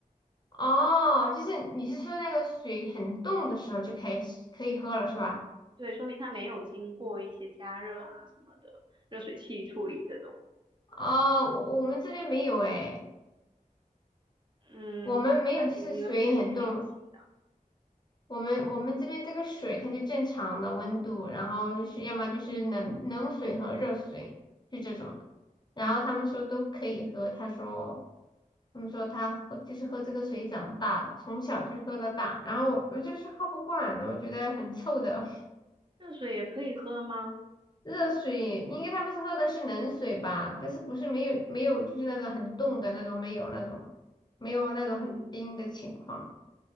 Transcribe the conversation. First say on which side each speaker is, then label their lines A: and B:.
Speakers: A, on the left; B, on the right.
A: 哦，就是你是说那个水很冻的时候就开始可以喝了是吧？
B: 对，说明它没有经过一些加热啊什么的热水器处理这种。
A: 哦，我我们这边没有诶，
B: 嗯，
A: 我们没有，
B: 啊，你你们边那边不行的，
A: 就是水很冻。我们我们这边这个水它就正常的温度，然后就是要么就是冷冷水和热水，就这种的。然后他们说都可以喝，他说他们说他喝就是喝这个水长大的，从小就是喝到大。然后我我就是喝不惯的，我觉得很臭的。
B: 热水也可以喝吗？
A: 热水，应该他们是喝的是冷水吧？但是不是没有没有就是那种很冻的那种，没有那种没有那种很冰的情况。
B: 嗯。